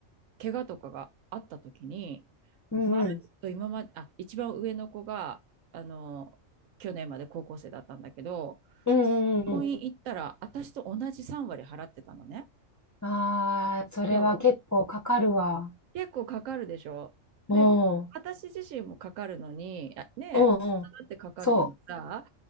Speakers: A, on the right; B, on the left.
A: 怪我とかがあった時に、
B: うんうん。
A: まるっと今まで、あ、一番上の子が、あの、去年まで高校生だったんだけど、
B: うんうんうんう
A: 病院行ったら、私と同じ3割払ってたのね。
B: ん。ああ、それは結構かかるわ。
A: そう。結構かかるでしょ。で、
B: うん。
A: 私自身もかかるのに、あねえ、
B: うんうん。
A: だってかかるのにさ、
B: そ